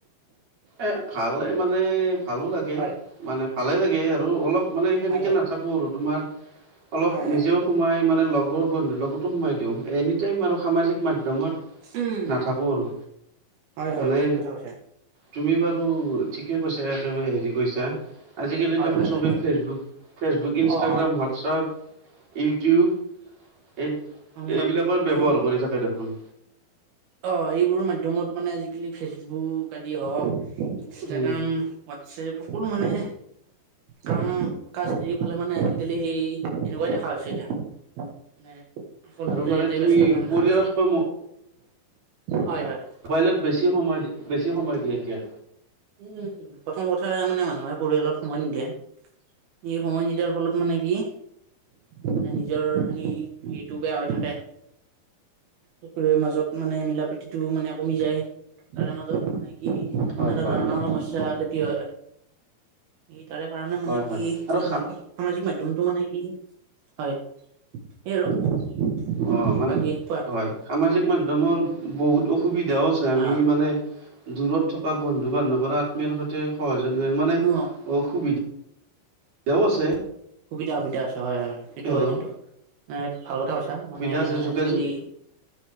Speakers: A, on the right; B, on the right.
A: এ ভালে মানে ভালো লাগে
B: হয়
A: মানে ভালে লাগে আৰু অলপ মানে সেনেকে
B: হয় হয়
A: নাথাকে থাকোঁ আৰু তোমাৰ অলপ
B: হয় হয়
A: নিজেও সোমাই মানে লগৰ বন্ধুৰ লগতো সোমাই দিওঁ এনি টাইম আৰু সামাজিক মাধ্যমত
B: উম
A: নাথাকো আৰু
B: হয় হয়
A: মানে
B: ঠিক কথা কৈছা
A: তুমি বাৰু ঠিকে কৈছা একেবাৰে হেৰি কৈছা আজিকালি
B: হয়
A: দেখোন
B: হয়
A: চবেই
B: হয়
A: ফেচবুক ফেচবুক ইনষ্টাগ্ৰাম
B: অ
A: হোৱাটছপ ইউটিউব এই
B: অ
A: এইবিলাকৰ ব্যৱহাৰ
B: সং
A: কৰি থাকে দেখোন
B: অ এইবোৰ মাধ্যমত মানে আজিকালি ফেচবুক আদি হওঁক ইনষ্টাগ্ৰাম
A: উম
B: হোৱাটছএপ সকলো মানে কাম কাজ এৰিফালে মানে আজিকালি হেৰী এনেকুৱাই দেখা হৈছে এতিয়া মানে সকলোতে
A: আৰু মানে
B: ইয়াতে
A: তুমি
B: ব্যস্ত যে
A: পৰিয়ালতকৈ
B: দেখা হৈছে। হয় হয়
A: মোবাইলত বেছি সময় বেছি সময় দিয়ে এতিয়া।
B: উম প্ৰথম কথা মানে মানুহে পৰিয়ালত সময় নিদিয়ে। এই সময় নিদিয়া ফলত মানে কি মানে নিজৰ সেই হেৰিটো বেয়া হৈ থাকে। সকলোৰে মাজত মানে মিলা প্ৰীতিটো মানে কমি যায় তাৰে মাজত মানে কি
A: হয়
B: নানা
A: হয়
B: ধৰণৰ সমস্যা খেতি হয় এই তাৰে কাৰণে মানে
A: হয় হয়
B: কি
A: আৰু
B: সামাজিক মাধ্যমটো মানে কি হয় সেইয়া আৰু
A: অ মানে
B: বাকী কোৱা
A: হয় সামাজিক মাধ্যমৰ বহুত অসুবিধাও আছে
B: হা
A: আমি মানে দূৰত থকা বন্ধু বান্ধৱৰ আত্মীয় সৈতে সহযোগ মানে
B: অ
A: অসুবিধা বিধাও আছে।
B: সুবিধ, সুবিধ, আছে হয় হয়, সেইটো
A: হেল্ল'
B: হয় কিন্তু। ভাল কথা কৈছা,
A: সুবিধা
B: মানে
A: আছে যোগাযোগ
B: আজিকালি